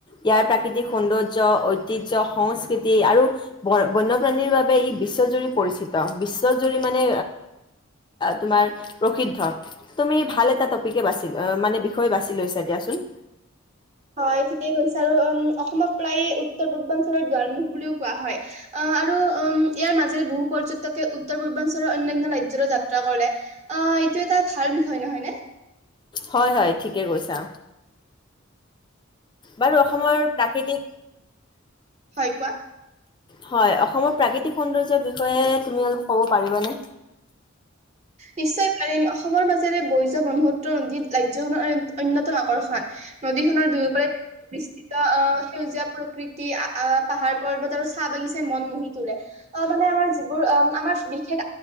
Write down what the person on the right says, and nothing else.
হয় ঠিকেই কৈছে আৰু উম অসমক প্ৰায় উত্তৰ পূৰ্বাঞ্চলৰ দুৱাৰমুখ বুলিও কোৱা হয়, অ' আৰু উম ইয়াৰ মাজেৰে বহু পৰ্য উত্তৰ পূৰ্বাঞ্চলৰ অন্যান্য ৰাজ্যলৈ যাত্ৰা কৰে, অ', এইটো এটা ভাল বিষয় নহয়নে?
হয় কোৱা।
নিশ্চয় অসমৰ মাজেৰে বৈ যোৱা ব্ৰহ্মপুত্ৰ নদীত ৰাজ্যখনৰ অন্যতম আকৰ্ষণ, নদীখনৰ দুয়োপাৰে পৰিস্থিত আহ সেউজীয়া প্ৰকৃতি আহ পাহাৰ, পৰ্বত আৰু চাহ বাগিচাই মন মুহি তোলে, আহ মানে আমাৰ যিবোৰ আমাৰ বিশেষ